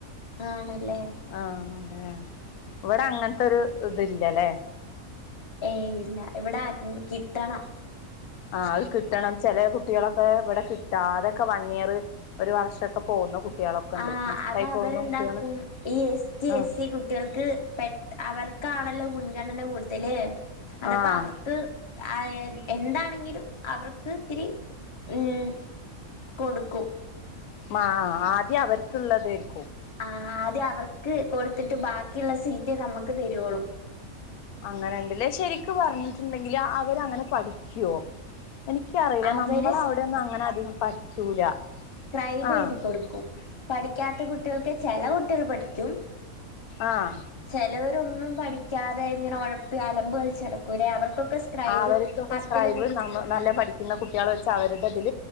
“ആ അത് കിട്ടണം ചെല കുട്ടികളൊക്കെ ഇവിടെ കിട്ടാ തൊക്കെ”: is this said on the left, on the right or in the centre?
Left